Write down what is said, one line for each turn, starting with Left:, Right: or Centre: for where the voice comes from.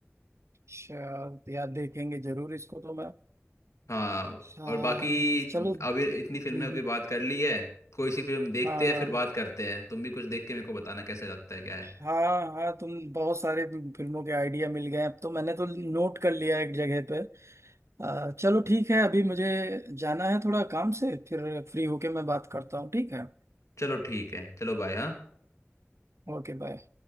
Right: चल यार देखेंगे जरूर इसको तो मैं
Left: हाँ
Right: हाँ
Left: और बाकी
Right: चलो
Left: तुम
Right: हम्म,
Left: अभी इतनी फिल्में की
Right: हम्म,
Left: बात कर ली है कोई सी फिल्म देखते
Right: हाँ
Left: हैं
Right: हाँ
Left: फिर बात करते हैं तुम भी कुछ देख के मेरे को बताना कैसे लगता है क्या है
Right: हाँ हाँ तुम बहुत सारे फिल्मों के आइडिया मिल गए अब तो मैंने तो नोट कर लिया एक जगह पे आ, चलो ठीक है अभी मुझे जाना है थोड़ा काम से फिर फ्री होके मैं बात करता हूँ ठीक है
Left: चलो ठीक है चलो बाय हाँ
Right: Okay bye